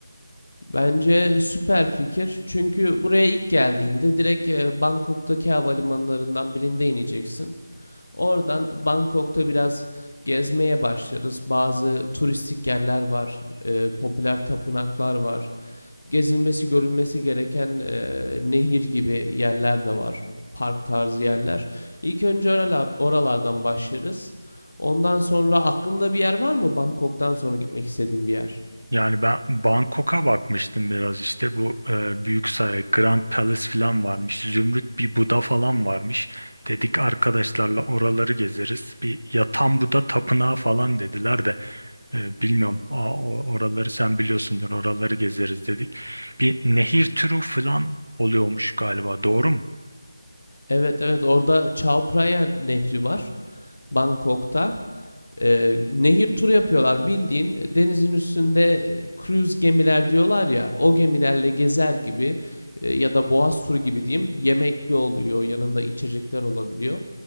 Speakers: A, on the left (about 60°); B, on the right (about 90°).
A: Bence süper fikir. Çünkü buraya ilk geldiğinde direkt e, Bangkok'taki havalimanlarından birinde ineceksin. Oradan Bangkok'ta biraz gezmeye başlarız. Bazı turistik yerler var, e, popüler tapınaklar var. gezilmesi, görülmesi gereken e, nehir gibi yerler de var. Park tarzı yerler. İlk önce oralar, oralardan başlarız. Ondan sonra aklında bir yer var mı Bangkok'tan sonra gitmek istediğim bir yer?
B: Yani ben Bangkok'a bakmıştım biraz işte bu e, büyük saray Grand Palace falan varmış. Zümrüt bir Buda falan varmış. Dedik arkadaşlarla oraları gezeriz. Bir Yatan Buda tapınağı falan dediler de. E, Bilmiyorum A- o- oraları sen biliyorsundur oraları gezeriz dedik. Bir nehir turu falan oluyormuş galiba doğru mu?
A: Evet evet orada Chao Phraya Nehri var. Bangkok'ta. E, nehir turu yapıyorlar bildiğin e, denizin üstünde e, cruise gemiler diyorlar ya o gemilerle gezer gibi e, ya da boğaz turu gibi diyeyim yemekli oluyor yanında içecekler olabiliyor.